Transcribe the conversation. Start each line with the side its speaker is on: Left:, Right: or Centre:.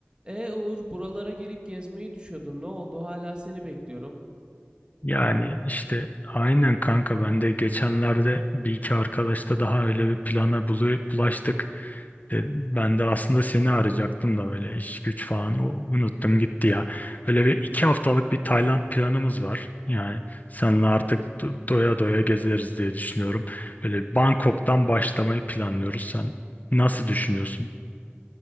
Right: E Uğur, buralara gelip gezmeyi düşüyordun. Ne oldu? Hala seni bekliyorum.
Left: Yani işte aynen kanka ben de geçenlerde bir iki arkadaşla daha öyle bir plana bulu- bulaştık. E, Ben de aslında seni arayacaktım da böyle iş güç falan o- unuttum gitti ya. Böyle bir iki haftalık bir Tayland planımız var. Yani seninle artık do- doya doya gezeriz diye düşünüyorum. Böyle Bangkok'tan başlamayı planlıyoruz. Sen nasıl düşünüyorsun?